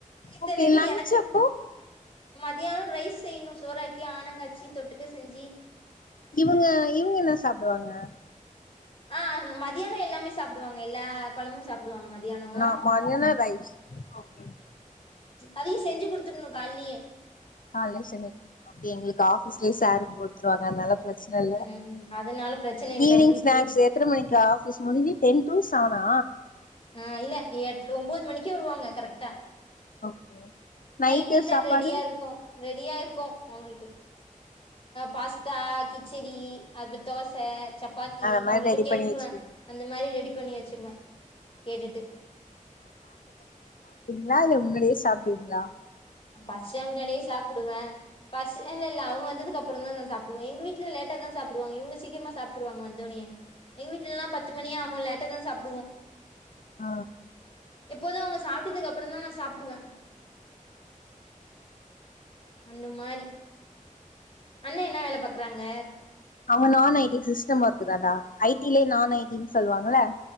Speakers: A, on the left; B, on the left.
A: இத்தனைக்கு
B: ஓகே லன்ச்
A: எனக்கும்
B: அப்போ
A: மத்யான ரைஸ் செய்யணு சோறாக்கி ஆனங்காச்சி தொட்டுக்க செஞ்சு
B: இவுங்க இவுங்க என்ன சாப்டுவாங்க
A: ஆ மதியானோ எல்லாமே சாப்டுவாங்க எல்லா கொழம்பு சாப்டுவாங்க மத்யானோ
B: நா மதியானோ ரைஸ் ஓகே
A: அதையு செஞ்சு குடுத்துடணு காலலியே
B: காலலயே செஞ்சு குடுக்கணு அப்டி எங்களுக்கு ஆபீஸ்லயே ஸாலட் குடுத்துருவாங்க அதனால பிரச் சன இல்ல
A: ம் அதனால பிரச்சன இல்ல
B: ஈவினிங்
A: உங்களுக்கு
B: ஸ்நாக்ஸ் எத்தன மணிக்கு ஆஃபிஸ் முடிஞ்சு டென் டு செவனா
A: ஆ இல்ல எட்ர ஒம்போது மணிக்கு வருவாங்க கரெக்டா
B: ஓகே நைட்டு
A: நைட் டின்னர்
B: சாப்பாடு
A: ரெடியா இருக்கு ரெடியா இருக்கு அவுங்குளுக்கு பாஸ்தா கிச்சடி அது தோச சப்பாத்தி
B: அந்த மாரி
A: அவங்கள்ட்ட
B: ரெடி
A: கேட்ருவ
B: பண்ணி வச்சுக்கீங்க
A: அந்த மாரி ரெடி பண்ணி வச்சிருவ கேட்டுட்டு
B: வேல முன்னாடியே சாப்டுவிங்ளா
A: நா பசிச்சா இருந்தாலே சாப்பிடுவே பசு இல்லல்ல அவுங்க வந்ததுக்கப்பறந்தா நா சாப்டுவ எங்க வீட்ட லேட்டாதா சாப்டுவாங்க இவுங்க சீக்கிரமா சாப்ட்ருவாங்க வந்தோனயே எங் வீட்லல்லா பத்து மணி ஆகு லேட்டா தா சாப்
B: ஆ
A: எப்போது அவங்க சாப்ட்டதுக்கு அப்பறந்தா நா சாப்டுவே அந்த மாரி அண்ணா என்ன வேலை பாக்குறாங்க
B: அவங்க நான் ஐ டி சிஸ்டம் ஒர்க் தான்டா ஐ டி லயே நான் ஐ டி னு சொல்வாங்கல்ல